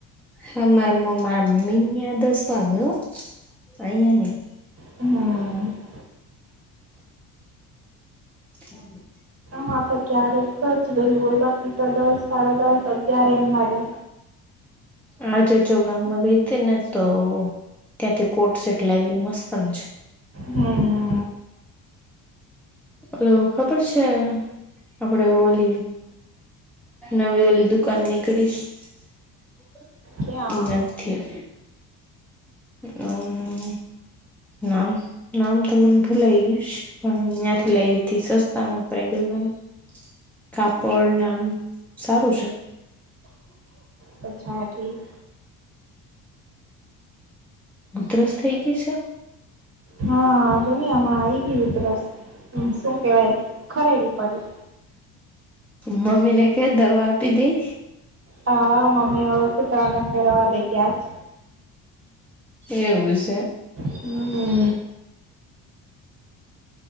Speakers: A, in the centre; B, on the right.
A: હા મારા મારા મમ્મી ને દસ વાગયો અહીયા નહી.
B: હમ
A: હમ.
B: હા તો ક્યારેક જ વેલું હોય બાકી તો દસ સાડા દસ અગિયાર એમ લાગે
A: આજે જો ગામમાં ગઈ હતી ને તો ત્યાંથી કોટ સેટ લાવી મસ્ત છે
B: હમ
A: હલો ખબર છે આપડે ઓલી નવીલ દુકાન નીકળ નથીથી
B: ક્યાં
A: હમ નામ નામ તો મને ભૂલાઈઈશ પણ તહીંથી લાવધી સસ્તામાં પડ્યું મને કાપડ નામ સારું છે
B: પછાથી
A: ઉધરસ થઈ ગઈ છે
B: હા જોુન હમણાં આવી ગ ઉધરસ શું કેવાય ખરેડી પડી
A: મમ્મી ને ક દવા આપી દઈ
B: હા મમીળ કુ તરા ના ફવા લઈ ગયા છે
A: એવું છે
B: હમ